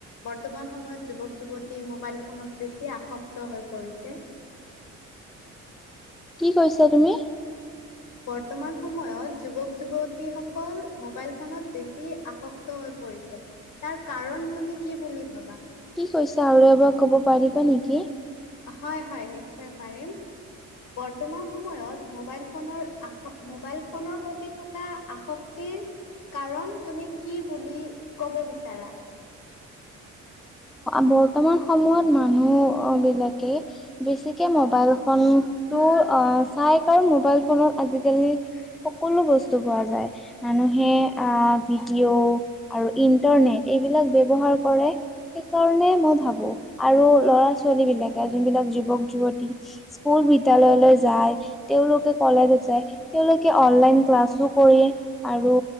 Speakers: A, on the left; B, in the centre.
A: বৰ্তমান সময়ত যুৱক যুৱতী মোবাইল ফোনত বেছি আসক্ত হৈ পৰিছে।
B: কি কৈছা তুমি?
A: বৰ্তমান সময়ত যুৱক যুৱতীসকল মোবাইল ফোনত বেছি আসক্ত হৈ পৰিছে, তাৰ কাৰণ তুমি কি বুলি ভাবা?
B: কি কৈছা আৰু এবাৰ ক'ব পাৰিবা নেকি?
A: হয় হয়, নিশ্চয় পাৰিম। বৰ্তমান সময়ত মোবাইল ফোনৰ আস-মোবাইল ফোনৰ প্ৰতি থকা আসক্তি কি কাৰণ তুমি কি বুলি ক'ব বিচাৰা?
B: বৰ্তমান সময়ত মানুহ বিলাকে বেছিকে মোবাইলখন তো অ' চাই কাৰ মোবাইল ফোনত আজিকালি সকলো বস্তু পোৱা যায়। মানুহে আহ ভিডিঅ' আৰু ইন্টাৰনেট এইবিলাক ব্যৱহাৰ কৰে। সেইকাৰণে মই ভাবোঁ আৰু ল'ৰা ছোৱালী বিলাকে যোন বিলাক যুৱক যুৱতী স্কুল বিদ্যয়ালয়লৈ
A: হয়
B: যায়। তেওঁলোকে কলেজত
A: হয়
B: যায়, তেওঁলোকে অনলাইন ক্লাছো কৰে আৰু